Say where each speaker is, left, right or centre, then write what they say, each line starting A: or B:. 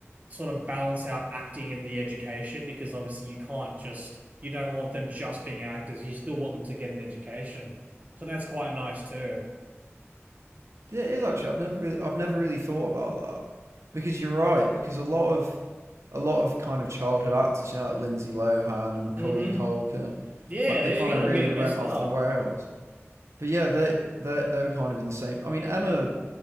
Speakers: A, on the right; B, on the right.
A: sort of balance out acting and the education because obviously you can't just you don't want them just being actors. You still want them to get an education. So that's quite nice too.
B: Yeah, it is actually. I've never really, I've never really thought about that because you're right. Because a lot of, a lot of kind of childhood actors, you know, like Lindsay Lohan and Macaulay
A: hmm
B: Culkin,
A: Yeah,
B: like
A: they
B: they kind
A: ended
B: of really
A: up getting
B: rent
A: messed
B: off
A: up.
B: the rails. But yeah, they they they were kind of in the same. I mean, Emma